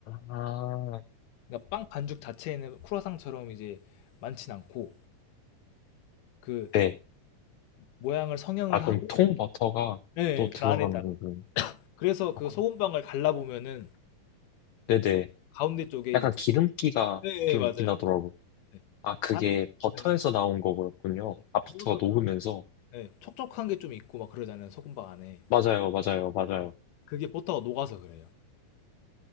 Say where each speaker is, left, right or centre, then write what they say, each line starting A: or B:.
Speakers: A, on the left; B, on the left.
A: 아,
B: 그러니까 빵 반죽 자체에는 크루아상처럼 이제 많진 않고 그
A: 네.
B: 모양을 성형을
A: 아,
B: 하고
A: 그럼 통버터가
B: 네,
A: 또 들어가는
B: 그 안에다가
A: 거군요.
B: 그래서 그
A: 아,
B: 소금빵을 갈라보면은
A: 네네.
B: 가운데 쪽에
A: 약간 기름기가
B: 네, 네,
A: 좀
B: 맞아요.
A: 있긴 하더라고요.
B: 네.
A: 아, 그게
B: 안에
A: 버터에서
B: 네.
A: 나온 거였군요.
B: 네.
A: 아파트가
B: 뭐랄까 그
A: 녹으면서.
B: 네. 촉촉한 게 좀 있고 막 그러잖아요. 소금빵 안에.
A: 맞아요, 맞아요, 맞아요.
B: 네. 그게 버터가 녹아서 그래요.